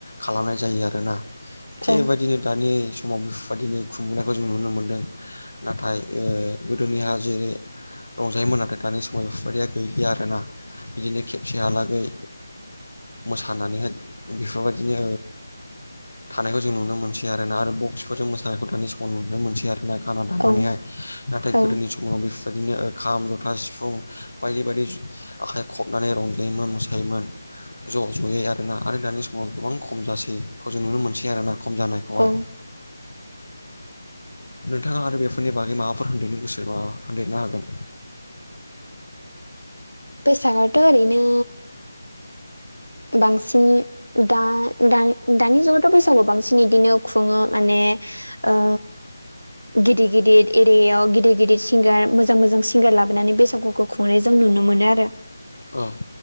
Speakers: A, on the left; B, on the right.
A: खालामनाय जायो आरोना थिग
B: औ
A: बेबायदिनो दानि समाव बेफोरबायदिनो खुंबोनायखौ जों नुनो मोनदों नाथाय गोदोनिहा जेरै रंजायोमोन नाथाय दानि समाव बेफोरबायदिया गैलिया आरोना बिदिनो खेबसेहालागै मोसानानैहाय बेफोरबायदिनो थानायखौ जों नुनो मोनसै आरोना आरो बक्सफोरजों मोसानायखौ दानि समाव नुनो मोनसै आरोना लाना थांनानैहाय
B: औ
A: नाथाय
B: औ
A: गोदोनि समाव बेफोरबायदिनो खाम जथा सिफुं बायदि बायदि आखाइ खबनानै रंजायोमोन मोसायोमोन ज' ज'यै आरोना आरो दानि समाव गोबां खम जासै बेखौ जों नुनो मोनसै आरोना खम जानाय खौहाय
B: औ
A: नोंथाङा आरो बेफोरनि बागै माबाफोर होनदेरनो गोसोबा होनदेरनो हागोन
B: बैसागआथ' ओरैनो बांसिन दा दानि जुगावथ' बैसागु बांसिन बिदिनो खुङो माने ओ गिदिर गिदिर एरियायाव गिदिर गिदिर सिंगार मोजां मोजां सिंगार लाबोनानै बैसागु खुंनाय जों नुनो मोनो आरो
A: ओ